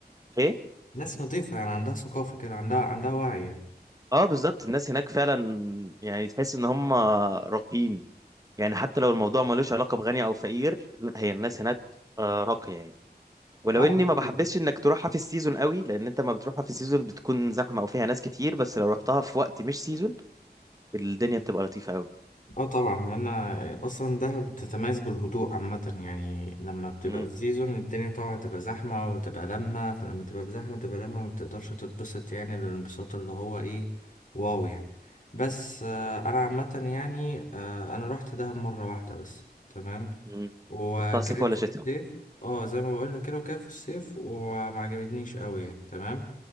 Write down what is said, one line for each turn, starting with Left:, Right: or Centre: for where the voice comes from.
Right: إيه؟
Left: ناس نظيفة يعني عندها ثقافة كده عندها عندها وعي يعني
Right: أه بالظبط الناس هناك فعلا يعني تحس إن هم راقيين يعني حتى لو الموضوع ملوش علاقة بغني أو فقير لا هي الناس هناك آه، راقية يعني ولو
Left: اه
Right: اني
Left: اكيد
Right: ما بحبسش انك تروحها في السيزون قوي لان انت ما بتروحها في السيزون بتكون زحمه او فيها ناس كتير بس لو رحتها في وقت مش سيزون الدنيا بتبقى لطيفه قوي
Left: اه طبعا انا اصلا دهب بتتميز بالهدوء عامه يعني لما بتبقى
Right: امم
Left: في سيزون الدنيا طبعا تبقى زحمه وتبقى لمه فلما تبقى بزحمه تبقى لمه ما بتقدرش تتبسط يعني الانبساط اللي هو ايه واو يعني بس آه انا عامه يعني آه انا رحت دهب مره واحده بس تمام
Right: امم
Left: وكانت
Right: رحتها صيف ولا
Left: في
Right: شتاء
Left: الصيف اه زي ما بقول لك كده وكانت في الصيف وما عجبتنيش قوي يعني تمام